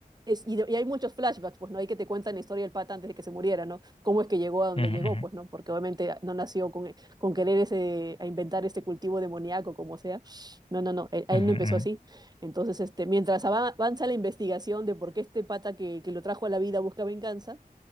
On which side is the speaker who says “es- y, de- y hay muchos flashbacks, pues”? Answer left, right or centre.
Right